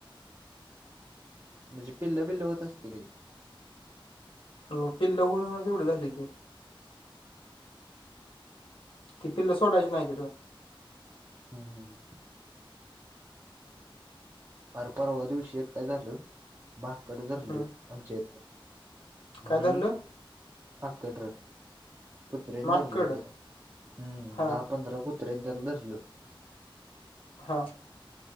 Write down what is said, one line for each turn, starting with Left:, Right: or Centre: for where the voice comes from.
Right: म्हणजे, पिल्ल-बिल्ल होत असतील की?
Left: मग, पिल्ल होऊन होऊनच एवढी झाल्या ती. ती पिल्ल सोडायची नाहीत.
Right: हम्म! आर पारव दिवशी एक काय झाल, माकड धरल
Left: हम्म
Right: आमच्या इथं.
Left: काय
Right: आणि,
Left: धरलं
Right: <unintelligible> कुत्र्यांनी
Left: माकड
Right: धरलं त्याला, हम्म,
Left: हा
Right: दहा पंधरा कुत्र्यांनी त्याला धरलं.
Left: हा.